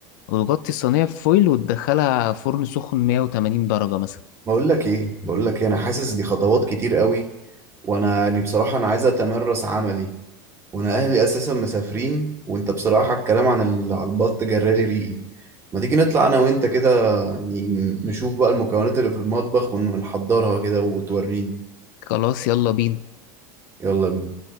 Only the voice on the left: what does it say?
وتغطي الصينية بفويل وتدخلها فرن سخن 180 درجة مثلا
خلاص يلا بينا